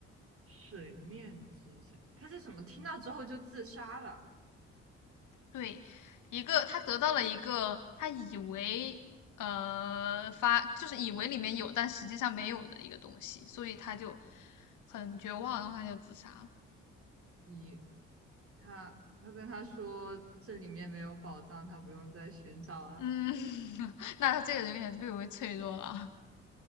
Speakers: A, on the right; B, on the left.
A: 水面之下，他是什么？听到之后就自杀了。
B: 对，一个他得到了一个他以为呃发就是以为里面有，但实际上没有的一个东西，所以他就很绝望，然后他就自杀了。
A: 以他，他跟他说这里面没有宝藏，他不用再寻找了，
B: 嗯，<laughs> 那他这个人有点略微脆弱了。